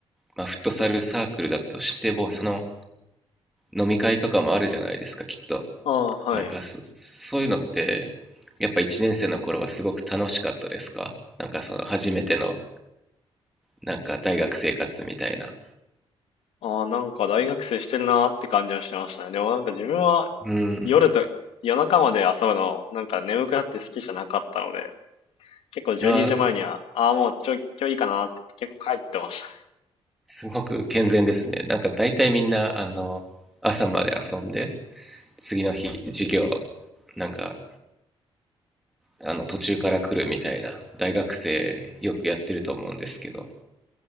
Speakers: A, in the centre; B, on the left.
A: まあ、フットサルサークルだとしても、その飲み会とかもあるじゃないですか、きっと。
B: ああ、はい。
A: なんかそ、そういうのって、やっぱ1年生の頃はすごく楽しかったですかなんかその初めての、なんか大学生活みたいな。
B: ああ、なんか大学生してるなーって感じはしてましたね。でもなんか自分は
A: うん。
B: 夜と夜中まで遊ぶのなんか眠くなって好きじゃなかったので、結構12時前にじまえには、
A: あー、
B: ああ、もうちょ、今日いいかなーって言って結構帰ってましたね。
A: すごく健全ですね。なんか大体みんな、あの、朝まで遊んで、次の日、授業、なんかあの途中から来るみたいな大学生よくやってると思うんですけど